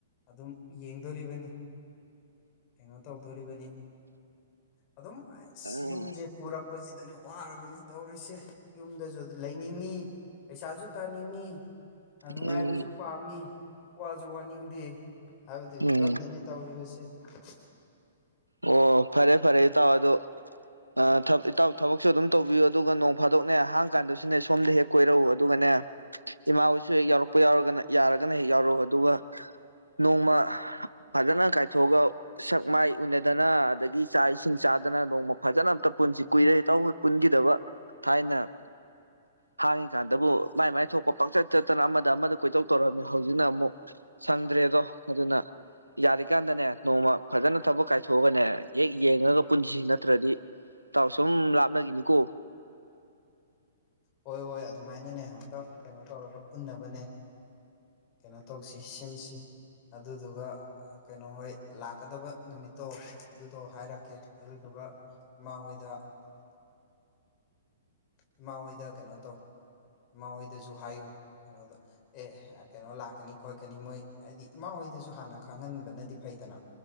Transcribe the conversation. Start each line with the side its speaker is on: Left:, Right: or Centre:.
Left: ꯑꯗꯨꯝ ꯌꯦꯡꯗꯣꯔꯤꯕꯅꯤ <unintelligible> ꯀꯩꯅꯣ꯫ ꯇꯧꯗꯣꯔꯤꯕꯅꯤ ꯑꯗꯨꯝ ꯑꯁ
Right: ꯎꯝ
Left: ꯌꯨꯝꯁꯤ ꯄꯨꯔꯛꯄꯁꯤꯗꯅꯦ ꯋꯥꯔꯕ ꯑꯗꯨꯅꯤꯅꯦ ꯇꯧꯔꯤꯁꯦ ꯌꯨꯝꯗꯁꯨ ꯂꯩꯅꯤꯡꯉꯤ ꯄꯩꯁꯥꯁꯨ ꯇꯥꯟꯅꯤꯡꯉꯤ ꯅꯨꯡꯉꯥꯏꯕꯁꯨ
Right: ꯎꯝ
Left: ꯄꯥꯝꯃꯤ ꯋꯥꯖꯨ ꯋꯥꯅꯤꯡꯗꯦ ꯍꯥꯏꯕꯗꯤ
Right: ꯎꯝ
Left: ꯐꯤꯕꯝꯗꯅꯤ ꯇꯧꯔꯤꯕꯁꯤ <unintelligible>
Right: ꯑꯣ ꯐꯔꯦ ꯐꯔꯦ ꯏꯇꯥꯎ ꯑꯗꯨ ꯑ ꯏꯇꯥꯎ ꯊꯕꯛꯁꯨ ꯑꯗꯨꯝ ꯇꯧꯕꯤꯌꯨ ꯑꯗꯨꯒ ꯅꯣꯡ ꯐꯥꯗꯣꯛꯅꯦ ꯍꯥꯡ ꯀꯥꯟꯗꯁꯨꯅꯦ ꯁꯣꯝꯗ ꯍꯦꯛ ꯀꯣꯏꯔꯛꯎ ꯑꯗꯨꯒꯅꯦ <unintelligible> ꯏꯃꯥ ꯍꯣꯏꯁꯨ ꯍꯦꯛ ꯌꯥꯎꯔꯛꯄ ꯌꯥꯎꯔꯒꯅ ꯌꯥꯔꯒꯅ ꯍꯦꯛ ꯌꯥꯎꯔꯛꯎ ꯑꯗꯨꯒ ꯅꯣꯡꯃ ꯐꯖꯅ ꯀꯥꯏꯊꯣꯛꯑꯒ ꯁꯛ ꯃꯥꯏ ꯎꯅ ꯗꯅ ꯑꯗꯒꯤ ꯆꯥꯛ ꯏꯁꯤꯡ ꯆꯥꯗꯅ ꯅꯣꯡꯃ ꯐꯖꯅ ꯑꯝꯇ ꯄꯨꯟꯁꯤ ꯀꯨꯏꯔ ꯏꯇꯥꯎꯍꯣꯏ ꯄꯨꯟꯈꯤꯗꯕ ꯊꯥꯏꯅ ꯍꯥꯡꯉꯤꯀꯥꯟꯗꯕꯨ ꯃꯥꯏ ꯃꯥꯏ ꯊꯣꯛꯄ ꯄꯥꯛꯆꯠ ꯆꯠꯇꯅ ꯑꯃꯗ ꯑꯃꯗ ꯀꯣꯏꯗꯧ ꯇꯧꯔꯝꯃꯤ ꯍꯧꯖꯤꯛꯅ ꯑꯃꯨꯛ ꯁꯪꯗ꯭ꯔꯦꯗꯣ ꯑꯗꯨꯅ ꯌꯥꯔꯤꯀꯥꯟꯗꯅꯦ ꯅꯣꯡꯃ ꯐꯖꯅ ꯊꯕꯛ ꯀꯥꯏꯊꯣꯛꯑꯒꯅꯦ ꯍꯦꯛ ꯌꯦꯡꯉꯒ ꯄꯨꯟꯁꯤ ꯅꯠꯇ꯭ꯔꯗꯤ ꯏꯇꯥꯎ ꯁꯨꯝ ꯂꯥꯞꯅꯒꯤꯅꯤꯀꯣ
Left: ꯍꯣꯏ ꯍꯣꯏ ꯑꯗꯨꯃꯥꯏꯅꯅꯦ ꯑꯃꯨꯛꯇꯪ ꯀꯩꯅꯣ ꯇꯧꯔꯒ ꯄꯨꯟꯅꯕꯅꯦ ꯀꯩꯅꯣ ꯇꯧꯁꯤ ꯁꯤꯟꯁꯤ ꯑꯗꯨꯗꯨꯒ ꯀꯩꯅꯣꯍꯣꯏ ꯂꯥꯛꯀꯗꯕ ꯅꯨꯃꯤꯠꯇꯣ ꯑꯗꯨꯗꯣ ꯍꯥꯏꯔꯛꯀꯦ ꯑꯗꯨꯗꯨꯒ ꯏꯃꯥ ꯍꯣꯏꯗ ꯏꯃꯥ ꯍꯣꯏꯗ ꯀꯩꯅꯣ ꯇꯧ ꯏꯃꯥ ꯍꯣꯏꯗꯁꯨ ꯍꯥꯏꯌꯨ ꯀꯩꯅꯣꯗ ꯑꯦ ꯀꯩꯅꯣ ꯂꯥꯛꯀꯅꯤ ꯈꯣꯠꯀꯅꯤ ꯃꯣꯏ ꯍꯥꯏꯗꯤ ꯏꯃꯥ ꯍꯣꯏꯗꯁꯨ ꯍꯥꯟꯅ ꯈꯪꯍꯟꯕꯅꯗꯤ ꯐꯩꯗꯅ